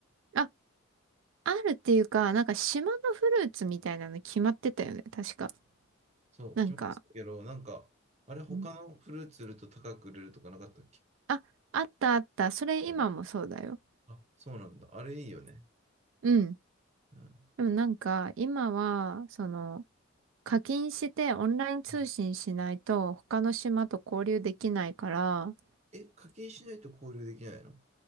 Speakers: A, on the right; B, on the right.
A: あ、あるっていうか、なんか島のフルーツみたいなの決まってたよね、確か。
B: そう、
A: なんか、
B: 気持ちいいけど、なんか、あれ他のフルーツ売ると高く売れるとかなかったっけ
A: んあ、あったあった。それ今もそうだよ。
B: うんあ、そうなんだ。あれいいよね。
A: うん。
B: うん。
A: でもなんか、今は、その、課金してオンライン通信しないと他の島と交流できないから、
B: うんえ、課金しないと交流できないの